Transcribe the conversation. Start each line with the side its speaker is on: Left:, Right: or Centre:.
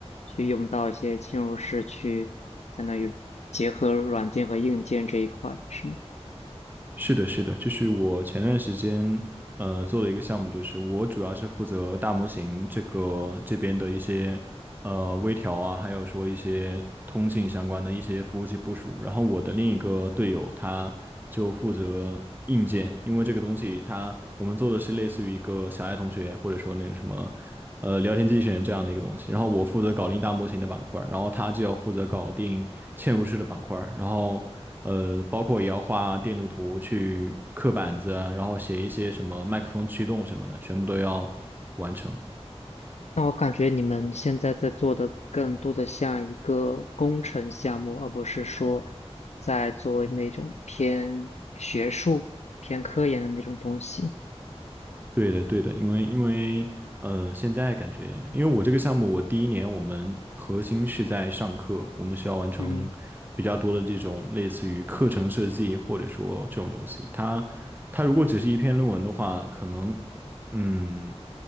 Left: 去用到一些嵌入式去，相当于结合软件和硬件这一块，是吗？
Right: 是的，是的，就是我前段时间呃做的一个项目，就是我主要是负责大模型这个这边的一些呃微调啊，还有说一些通信相关的一些服务器部署。然后我的另一个队友他就负责硬件，因为这个东西他我们做的是类似于一个小爱同学或者说那个什么呃聊天机器人这样的一个东西。然后我负责搞定大模型的板块，然后他就要负责搞定嵌入式的板块，然后。呃，包括也要画电路图去刻板子啊，然后写一些什么麦克风驱动什么的，全部都要完成。
Left: 那我感觉你们现在在做的更多的像一个工程项目，而不是说在做那种偏学术、偏科研的那种东西。
Right: 对的，对的，因为因为呃，现在感觉，因为我这个项目，我第一年我们核心是在上课，我们需要完成比较多的这种类似于课程设计或者说这种东西。
Left: 嗯。
Right: 它它如果只是一篇论文的话，可能嗯，